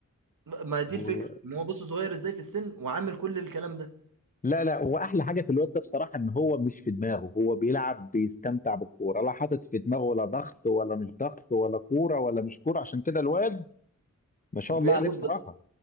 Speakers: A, on the right (about 80°); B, on the left (about 25°).
A: ما دي
B: و...
A: الفكره ان هو بص صغير ازاي في السن وعامل كل الكلام ده
B: لا لا واحلى حاجه في الواد ده بصراحه ان هو مش في دماغه هو بيلعب بيستمتع بالكوره لا حاطط في دماغه ولا ضغط ولا مش ضغط ولا كوره ولا مش كوره عشان كده الواد ما شاء
A: بياخد
B: الله عليه بصراحه
A: بال...